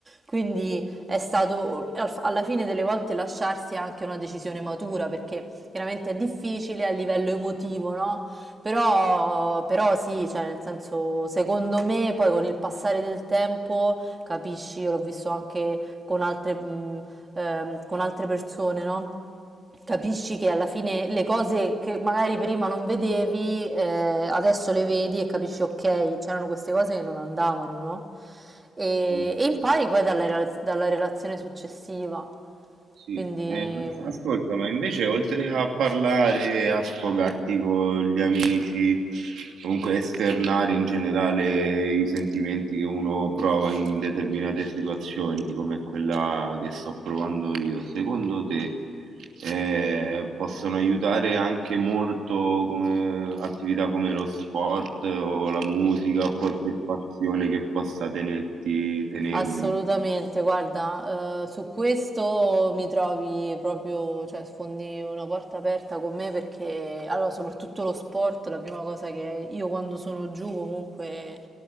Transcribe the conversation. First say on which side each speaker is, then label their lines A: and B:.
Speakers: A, on the right; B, on the right.
A: Quindi è stato, al- alla fine delle volte lasciarsi è anche una decisione matura perché chiaramente è difficile a livello emotivo, no? Però, però sì, cioè nel senso, secondo me poi con il passare del tempo, capisci, io l'ho visto anche con altre, mh, ehm, con altre persone, no? Capisci che alla fine le cose che magari prima non vedevi, eh, adesso le vedi e capisci, ok, c'erano queste cose che non andavano, no? E,
B: Mm,
A: e impari poi dalla, rela- dalla relazione successiva.
B: Sì,
A: Quindi
B: eh, ma
A: mm,
B: ascolta, ma invece oltre a parlare, a sfogarti con gli amici, comunque esternare in generale i sentimenti che uno prova in determinate situazioni, come quella che sto provando io, secondo te eh, possono aiutare anche molto come attività come lo sport o la musica o qualche passione che possa tenerti, tenermi?
A: Assolutamente, guarda, eh, su questo mi trovi proprio, cioè sfondi una porta aperta con me perché, allora, soprattutto lo sport, la prima cosa che io quando sono giù comunque,